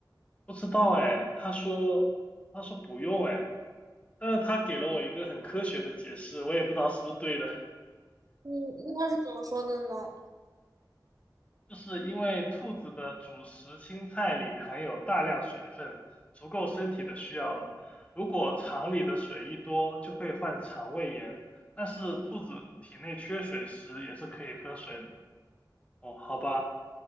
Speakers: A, on the left; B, on the right.
A: 不知道哎，他说他说不用哎，但是他给了我一个很科学的解释，我也不知道是不是对的。
B: 嗯，那他是怎么说的呢？
A: 就是因为兔子的主食青菜里含有大量水分，足够身体的需要了。如果肠里的水一多，就会患肠胃炎。但是兔子体内缺水时也是可以喝水的。哦，好吧，